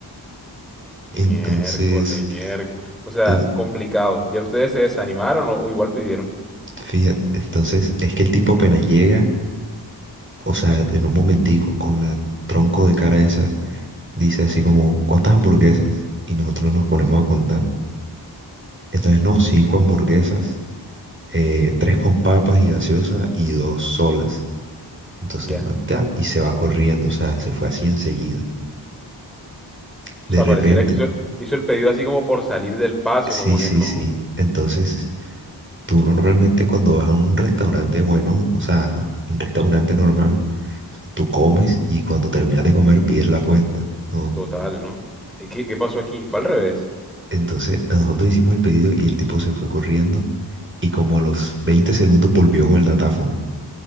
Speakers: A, in the centre; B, on the right.
A: Miércoles,
B: Entonces,
A: miércoles. O sea,
B: el-
A: complicado. ¿Ya ustedes se desanimaron o, o igual pidieron?
B: fíjate, entonces es que el tipo apenas llega, o sea, en un momentico, con la tronco de cara esa, dice así como, ¿cuántas hamburguesas? Y nosotros nos ponemos a contar. Entonces, no, cinco hamburguesas. eh, tres con papas y gaseosa y dos solas. Entonces
A: Ya.
B: el man ta, y se va corriendo, o sea, se fue así enseguida. De
A: O sea,
B: repente,
A: pareciera que hizo, hizo el pedido así como por salir del paso,
B: sí,
A: como
B: sí,
A: que no.
B: sí. Entonces, tú normalmente cuando vas a un restaurante bueno, o sea, un restaurante normal, tú comes y cuando terminas de comer pides la cuenta, ¿no?
A: Total, ¿no? ¿Y ¿Qué, qué pasó aquí? Fue al revés.
B: Entonces, nosotros hicimos el pedido y el tipo se fue corriendo y como a los 20 segundos volvió con el datáfono.